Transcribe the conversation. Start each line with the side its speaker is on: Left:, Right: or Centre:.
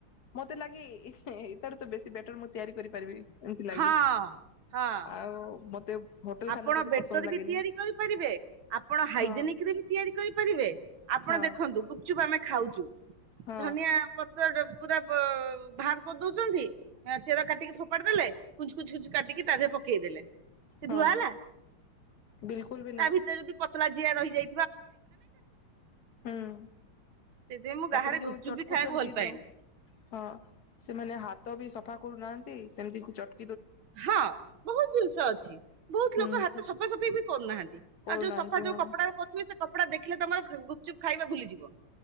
Left: ମତେ ଲାଗେ ଇ ତର ତ ବେଶି ବେଟର ତିଆରି କରିପାରିବି ଏମିତି ଲାଗେ
Right: ହଁ ହଁ।
Left: ଆଉ ମତେ ହୋଟେଲ
Right: ଆପଣ
Left: ଖାନାକୁ ଏତେ
Right: ବେଟରେ
Left: ପସନ୍ଦ ଲାଗେନି
Right: ବି ତିଆରି କରିପାରିବେ। ଆପଣ ହାଇଜେନିକରେ
Left: ହଁ
Right: ବି ତିଆରି କରିପାରିବେ ଆପଣ
Left: ହଁ
Right: ଦେଖନ୍ତୁ ଗୁପଚୁପ୍ ଆମେ ଖାଉ ଚୁ
Left: ହଁ
Right: ଧନିଆ ପତ୍ର ପୁରା ବାହାର କରିଦଉଛନ୍ତି ଚେର କାଟିକି ଫୋପାଡି ଦେଲେ କୁଞ୍ଚ୍ କୁଞ୍ଚ୍ ଖୁ କାଟିକି ତା ଦେହରେ ପକେଇଦେଲେ ସେ
Left: ହଁ
Right: ଧୁଆ ହେଲା
Left: ବିଲକୁଲ ବି ନାଇଁ
Right: ତା ଭିତରେ ଯଦି ପତଳା ଜିଆ ରହିଯା
Left: ହୁଁ
Right: ସେଥିପାଇଁ ମୁଁ
Left: ତାପରେ
Right: ବାହାରେ
Left: ଯୋଉ
Right: ଗୁପଚୁପ
Left: ଚଟକୁଛନ୍ତି
Right: ବି ଖାଇବାକୁ ଭଲ
Left: ଯୋଉ
Right: ପାଏନି
Left: ହଁ ସେମାନେ ହାତ ତ ବି ସଫା କରୁନାହାନ୍ତି ସେମିତି ଚଟ୍
Right: ହଁ ବହୁତ ଜିନିଷ ଅଛି। ବହୁତ
Left: ହୁଁ।
Right: ଲୋକ ହାତ ସଫା ସଫେଇ ବି କରୁନାହାନ୍ତି
Left: କରୁନାହାନ୍ତି
Right: ଆଉ ଯୋଉ ସଫା
Left: ହଁ
Right: ଯୋଉ କପଡା କରୁଥିବେ ସେ କପଡ଼ା ଦେଖିଲେ ତମର ଗୁପଚୁପ୍ ଖାଇବା ଭୁଲିଯିବ।